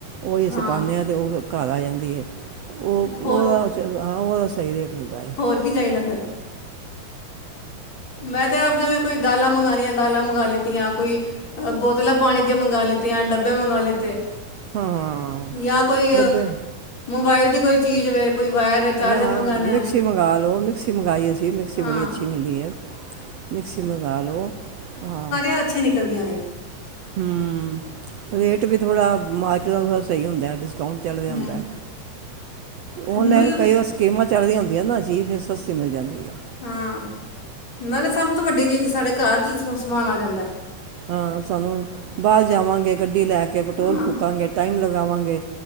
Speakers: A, on the right; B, on the left.
A: ਓਈ ਅਸੀਂ
B: ਹਾਂ
A: ਪਾਨੇ ਆਂ ਤੇ ਓ ਘਰ ਆ ਜਾਂਦੀ ਐ ਓ
B: ਹੋਰ
A: ਓਦਾ ਹਾਂ ਓਦਾ ਸਈ ਰੇਟ ਹੁੰਦਾ ਏ।
B: ਹੋਰ ਕੀ ਚਾਈਦਾ ਫਿਰ? ਮੈਂ ਤੇ ਆਪ ਜਿਵੇਂ ਕੋਈ ਦਾਲਾਂ ਮੰਗਾਣੀਆਂ ਦਾਲਾਂ ਮੰਗ ਲਿੱਤੀਆਂ ਕੋਈ ਬੋਤਲਾਂ ਪਾਣੀ ਦੀਆਂ ਮੰਗਾਂ ਲਿੱਤੀਆਂ ਡੱਬੇ ਮੰਗ ਲਿੱਤੇ।
A: ਹਾਂ
B: ਜਾਂ ਕੋਈ
A: ਡੱਬੇ
B: ਮੋਬਾਇਲ ਦੀ ਕੋਈ ਚੀਜ਼ ਵੇ ਕੋਈ ਵਾਇਰ ਚਾਰਜਰ
A: ਮੈਂ
B: ਮੰਗਾਣਾ
A: ਮਿਕਸੀ
B: ਹੈ
A: ਮੰਗਾਂਲੋ ਮਿਕਸੀ ਮੰਗਈ ਅਸੀਂ ਮਿਕਸੀ
B: ਹਾਂ
A: ਬੜੀ ਅੱਛੀ ਮਿਲਦੀ ਐ। ਮਿਕਸੀ ਮੰਗਾਵਾ ਲੋ ਹਾਂ।
B: ਅੱਛੀ ਨਿਕਲਦੀਆਂ ਨੇ।
A: ਹੂੰ ਰੇਟ ਵੀ ਥੋੜਾ ਮਾਰਕੀਟ ਦਾ ਥੋੜਾ ਸਈ ਹੁੰਦਾ <unintelligible> ਅਕਾਊਂਟ ਚਲਵੇ
B: ਹੂੰ
A: ਹੁੰਦਾ ਔਨਲਾਈਨ
B: ਨਲ
A: ਕਈ ਵ ਸਕੀਮਾਂ ਚੱਲਦੀਆਂ ਹੁੰਦੀਆਂ ਨਾ ਚੀਜ਼ ਫਿਰ ਸਸਤੀ ਮਿਲ ਜਾਂਦੀ ਆ
B: ਹਾਂ ਨਾਲੇ ਸਭ ਤੋਂ ਵੱਡੀ ਚੀਜ਼ ਸਾਡੇ ਘਰ ਚ ਸਮਾਨ ਆ ਜਾਂਦਾ
A: ਹਾਂ ਸਾਨੂੰ ਬਾਰ ਜਾਵਾਂਗੇ ਗੱਡੀ ਲੈ ਕੇ ਪੈਟਰੋਲ
B: ਹਾਂ
A: ਫੂਕਾਂਗੇ ਟਾਈਮ ਲਗਾਵਾਂਗੇ